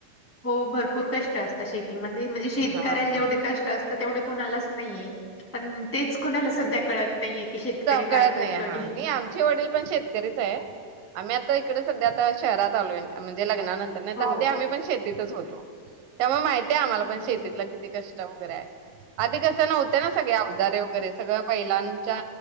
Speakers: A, in the centre; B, on the right.
A: हो भरपूर कष्ट असत शेती म्हणजे म्हणजे शेतकऱ्याला
B: हा हा
A: जेवढे कष्ट असतात तेवढे कोणालाच नाहीये. पण तेच कुणाला सध्या कळत नाहीये. की शेतकरी
B: त
A: काय
B: कळत
A: करतोय
B: नाही हा नाही आमचे वडील पण शेतकरीच आहे आम्ही आता इकडे सध्या आता शहरात आलोय म्हणजे लग्ना नंतर नाहीतर
A: हो
B: आधी आम्ही पण शेत तिथंच होतो. त्यामुळ माहितीये आम्हाला
A: हं.
B: पण शेतीतला किती कष्ट कष्ट वगैरे आहे आधी कस नव्हत ना सगळे अवजारे वगैरे सगळं बैलांच्या